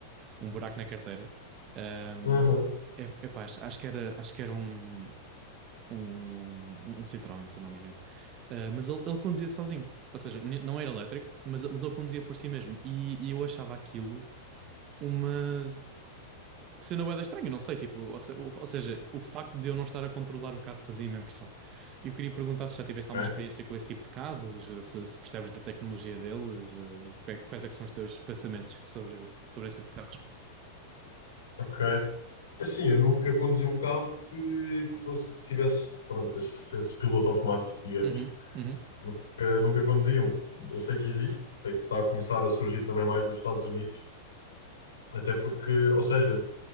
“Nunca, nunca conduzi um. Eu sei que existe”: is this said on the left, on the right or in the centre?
Left